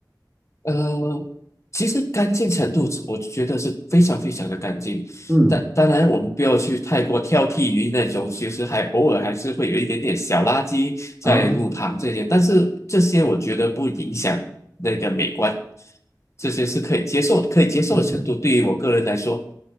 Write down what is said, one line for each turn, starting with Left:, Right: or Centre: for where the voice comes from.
Left: 呃，其实干净程度是我觉得是非常非常的干净。
Right: 嗯
Left: 但当然，我们不要去太过挑剔于那种，其实还偶尔还是会有一点点小垃圾在路旁这些，
Right: 啊，
Left: 但是这些我觉得不影响那个美观，这些是可以接受、可以接受的程度。
Right: 嗯
Left: 对于我个人来说，